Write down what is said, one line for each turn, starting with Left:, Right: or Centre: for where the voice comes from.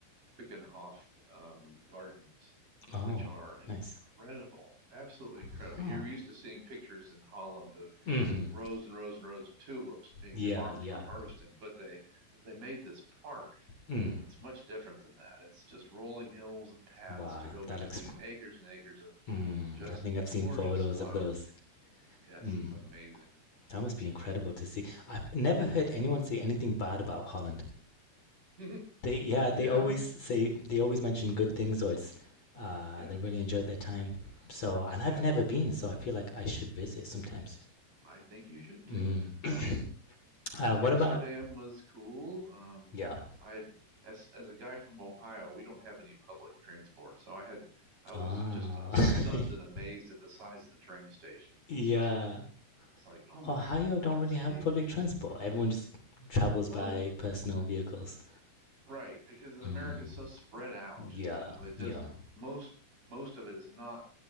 Right: Quickenhof um, gardens,
Left: Oh,
Right: which are incredible,
Left: nice.
Right: absolutely incredible.
Left: Huh.
Right: You're used to seeing pictures in Holland of
Left: Mm-hmm.
Right: rows and rows and rows of tulips being
Left: Yeah,
Right: farmed
Left: yeah.
Right: for harvesting, but they but they made this park
Left: Mm.
Right: that's much different than that. It's just rolling hills and paths
Left: Wow,
Right: to go between
Left: that looks.
Right: acres and acres of
Left: Mm.
Right: just
Left: I think I've
Right: gorgeous
Left: seen photos
Right: flowers.
Left: of those.
Right: Yes,
Left: Mm.
Right: it's amazing.
Left: That must be incredible to see. I've never heard anyone say anything bad about Holland.
Right: <laughs>
Left: They yeah,
Right: Yeah,
Left: they always say they always mention good things or it's uh
Right: yeah,
Left: they really enjoyed their time. So and I've
Right: yeah.
Left: never been, so I feel like I should visit sometime
Right: I think you should too.
Left: soon. Mm. <clears throat> uh
Right: Amsterdam
Left: what about
Right: was cool. Um,
Left: yeah.
Right: I as as a guy from Ohio, we don't have any public transport, so I had I
Left: Ah
Right: was just uh, stunned
Left: <laughs>
Right: and amazed at the size of the train station.
Left: yeah.
Right: It's just it's like, oh my
Left: Ohio
Right: God,
Left: don't
Right: it's
Left: really
Right: huge.
Left: have public transport. Everyone just travels
Right: Well,
Left: by
Right: uh,
Left: personal vehicles.
Right: right, because America
Left: Mm.
Right: is so spread out.
Left: Yeah,
Right: You know, it doesn't
Left: yeah.
Right: most most of it is not